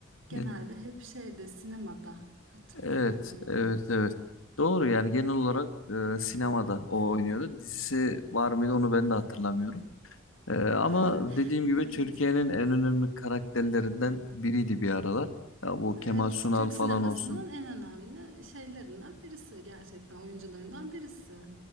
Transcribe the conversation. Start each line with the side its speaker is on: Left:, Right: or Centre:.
Right: Genelde
Left: Ya
Right: hep şeyde sinemada hatırlıyorum
Left: Evet,
Right: ben onu.
Left: evet, evet. Doğru yani genel olarak e, sinemada o oynuyordu. Dizisi var mıydı onu ben de hatırlamıyorum. E, ama
Right: <laughs>
Left: dediğim gibi
Right: Evet.
Left: Türkiye'nin en önemli karakterlerinden biriydi bir aralar. Ya bu
Right: Evet,
Left: Kemal Sunal
Right: Türk
Left: falan
Right: sinemasının
Left: olsun.
Right: en önemli şeylerinden birisi gerçekten oyuncularından birisi.